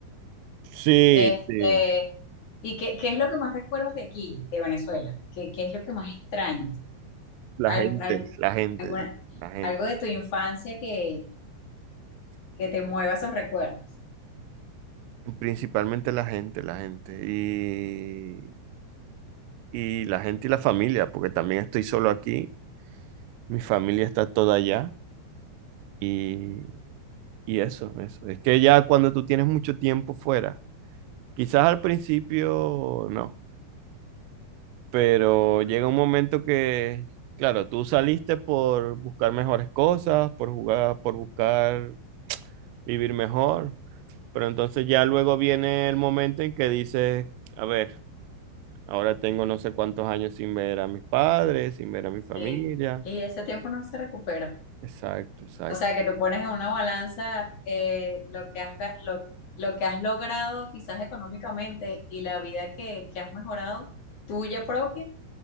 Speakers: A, on the right (about 90°); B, on the left (about 45°).
A: sí,
B: Este,
A: sí,
B: ¿y qué, qué es lo que más recuerdas de aquí, de Venezuela? ¿Qué, qué es lo que más extrañas?
A: la
B: Al-
A: gente,
B: al-
A: la gente,
B: alguna-
A: la gente,
B: algo de tu infancia que, que te mueva esos recuerdos.
A: principalmente la gente, la gente, y, y la gente y la familia, porque también estoy solo aquí mi familia está toda allá y, y eso, eso. Es que ya cuando tú tienes mucho tiempo fuera, quizás al principio no, pero llega un momento que, claro, tú saliste por buscar mejores cosas, por jugar, por buscar vivir mejor, pero entonces ya luego viene el momento en que dices, a ver, ahora tengo no sé cuántos años sin ver a mis padres, sin ver a mi familia.
B: Y, y ese tiempo no se recupera.
A: Exacto, exacto.
B: O sea, que tú pones en una balanza eh, lo que has, ga- lo, lo que has logrado quizás económicamente y la vida que, que has mejorado, tuya propia,